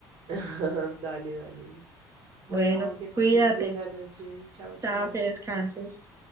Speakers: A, on the right; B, on the right.
A: <laughs> Dale, dale. Bueno,
B: Bueno,
A: que pases
B: cuídate.
A: linda noche. Chao,
B: Chao,
A: chao.
B: que descanses.